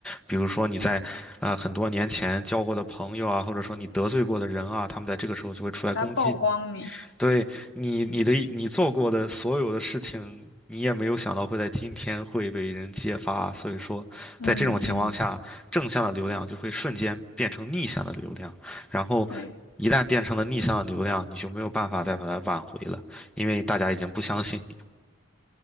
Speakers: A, in the centre; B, on the left.
A: 比如说你在呃很多年前交过的朋友啊，
B: 嗯，嗯
A: 或者说你得罪过的人啊，他们在这个时候就会出来攻击
B: 来曝光你。
A: 对你，你的你做过的所有的事情，你也没有想到会在今天会被人揭发啊，所以说，
B: 嗯嗯，
A: 在这种情况下，正向的流量就会瞬间变成逆向的流量，然后一旦变成了逆向的流量，
B: 对，
A: 你就没有办法再把它挽回了，因为大家已经不相信你。